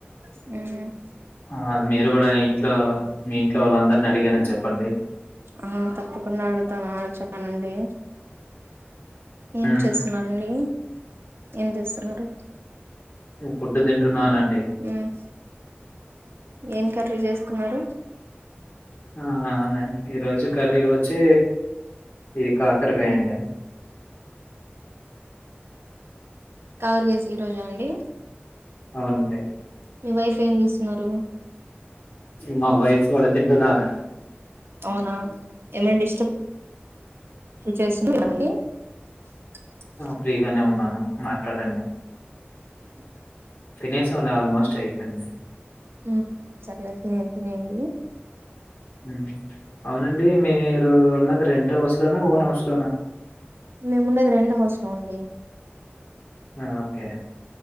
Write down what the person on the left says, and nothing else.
ఆ మీరు కూడా ఇంట్లో మీ ఇంట్లో వాళ్ళ అందరిని అడిగానని చెప్పండి.
హ్మ్.
ఫుడ్ తింటున్నానండి.
ఆ ఈ రోజు కర్రీ వచ్చి, ఇది కాకరకాయ
అండి.
అవునండి.
మా వైఫ్ వాళ్ళు తింటున్నారు.
ఫ్రీగానే ఉన్నాను మాట్లాడండి.
తినేసం అండి అల్ ఆల్మోస్ట్ అయిపోయింది.
హు అవునండి మీ మీరు ఉన్నది రెంట్ హౌస్ లోనా ఓన్ హౌస్ లోనా.
హా ఓకే